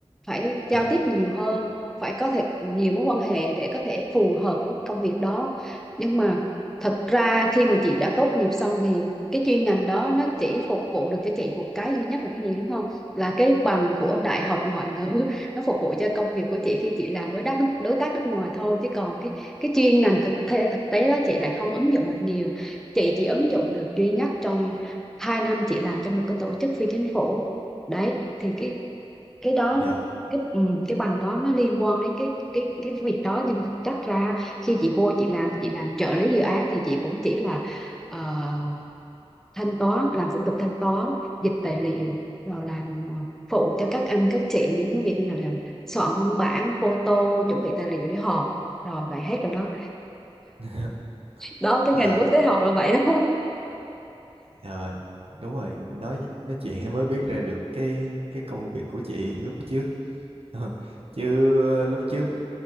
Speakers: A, in the centre; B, on the right.
A: phải giao
B: dạ
A: tiếp nhiều hơn phải có thể nhiều mối quan hệ để có thể phù hợp với công việc đó nhưng mà thật ra khi mà chị đã tốt nghiệp xong thì cái chuyên ngành đó nó chỉ phục vụ được cho chị một cái duy nhất là cái gì đúng không là cái bằng của đại học ngoại ngữ nó phục vụ cho công việc của chị khi chị làm với đắc đối tác nước ngoài thôi chứ còn cái cái chuyên ngành thực tế thực tế đó chị lại không ứng dụng được nhiều chị chỉ ứng dụng được duy nhất trong hai năm chị làm cho một cái tổ chức phi chính phủ đấy thì cái cái đó
B: dạ
A: cái ừ, cái bằng đó nó liên quan đến cái cái cái việc đó nhưng thực chất ra khi chị vô chị làm thì chị làm trợ lý dự án thì chị cũng chỉ là ờ, thanh toán làm thủ tục thanh toán dịch tài liệu rồi làm ờ, phụ cho các anh các chị những cái việc như là, là soạn văn bản photo chuẩn bị tài liệu để họp rồi vậy hết rồi đó
B: <laughs>
A: đó cái
B: dạ
A: ngành quốc tế học là vậy đó <laughs>
B: Ờ, đúng rồi nói nói chuyện em mới biết ra được cái cái công việc của chị lúc trước Ờ, chứ lúc trước